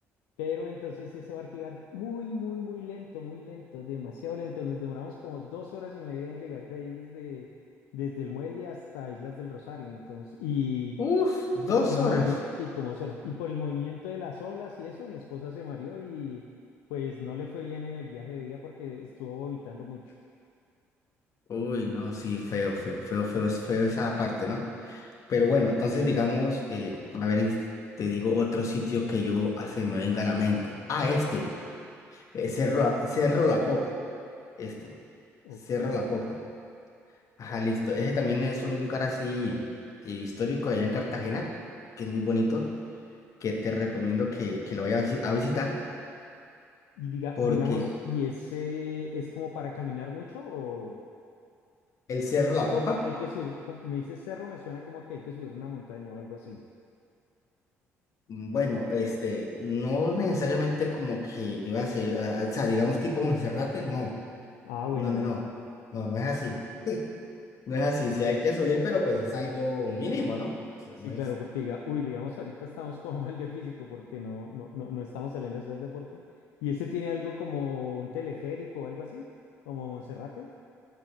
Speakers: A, on the left (about 65°); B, on the left (about 45°).
A: Pero entonces ese barco iba muy, muy, muy lento, muy lento, demasiado lento. Nos demoramos como dos horas y media en llegar de ahí desde, desde el muelle hasta Islas del Rosario. Entonces, y,
B: Uf,
A: y
B: dos
A: por el
B: horas.
A: movimiento, sí, como dos horas. Y por el movimiento de las olas y eso, mi esposa se mareó y pues no le fue bien en el viaje de día porque estuvo vomitando mucho.
B: Uy, no, sí, feo, feo, feo, feo, es feo esa parte, ¿no? Pero bueno, entonces digamos, eh, a ver, y te digo otro sitio que yo hace me venga a la mente. Ah, este, eh, Cerro, La- Cerro La Popa, este,
A: Ok.
B: Cerro La Popa. Ajá, listo. Ese también es un lugar así eh, histórico allá en Cartagena, que es muy bonito, que te recomiendo que, que lo vayas a visi- a visitar,
A: Y diga,
B: porque
A: digamos, ¿y ese es como para caminar mucho o, o
B: el Cerro La
A: sea,
B: Popa,
A: hay que, hay que subir, como- me dice cerro, me suena como que hay que subir una montaña o algo así.
B: mm, bueno, este, no necesariamente como que yo hace, ah, ah, o sea, digamos tipo Monserrate, no,
A: Ah, bueno,
B: no, no,
A: listo.
B: no, no, no es así. <laughs> No es así, sí hay que subir, pero pues es algo mínimo, ¿no? O sea,
A: Sí,
B: no es
A: claro, porque diga, uy, digamos, ahorita estamos como <laughs> mal de físico porque no, no, no, no estamos saliendo a hacer deporte. ¿Y ese tiene algo como un teleférico o algo así? ¿Como Monserrate?